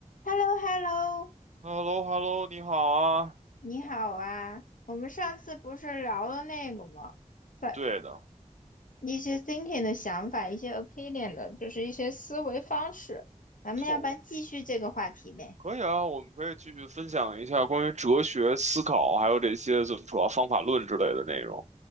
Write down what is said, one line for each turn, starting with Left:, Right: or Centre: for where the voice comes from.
Left: h e l l o h e l l o
Right: h e l l o h e l l o 你好啊。
Left: 你好啊！我们上次不是聊了那个吗？在
Right: 对的，
Left: 一些
Right: 我们
Left: thinking 的想法，一些 opinion 的，就是一些思维方式。咱们要不然继续这个话题呗？
Right: 不错误。可以啊，我们可以继续分享一下关于哲学思考，还有这些怎么说啊方法论之类的内容。